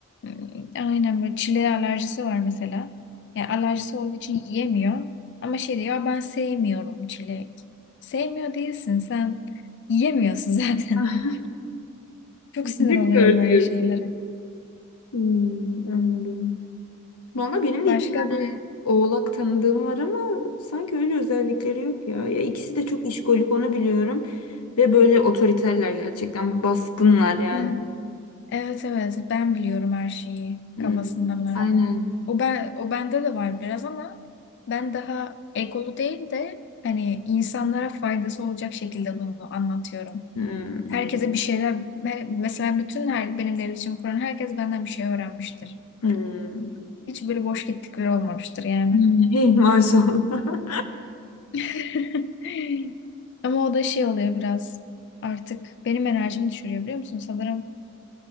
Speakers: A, on the left; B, on the left.
A: ım, aynen böyle çileğe alerjisi var mesela. Yani alerjisi olduğu için yiyemiyor. Ama şey diyor "Ya ben sevmiyorum çilek. Sevmiyor değilsin sen yiyemiyorsun zaten.
B: <laughs>
A: <laughs> Çok sinir
B: Victor
A: oluyorum
B: diyorsun.
A: öyle şeylere.
B: Hmm, anladım. Valla benim de
A: Başka
B: iki tane
A: böyle
B: oğlak tanıdığım var ama sanki öyle özellikleri yok ya. Ya ikisi de çok işkolik onu biliyorum. Ve böyle otoriterler gerçekten baskınlar yani.
A: Hı. Evet evet ben biliyorum her şeyi
B: Hmm,
A: kafasındalar.
B: aynen.
A: O ben o bende de var biraz ama ben daha egolu değil de hani insanlara faydası olacak şekilde bunu anlatıyorum.
B: Hmm,
A: Herkese
B: anladım.
A: bir şeyler me- mesela bütün her benimle iletişim kuran herkes benden bir şey öğrenmiştir.
B: Hmm.
A: Hiç böyle boş gittik biri olmamıştır yani.
B: Hmm, Hey maşallah.
A: <laughs> Ama o da şey oluyor biraz artık benim enerjimi düşürüyor biliyor musun? Sanırım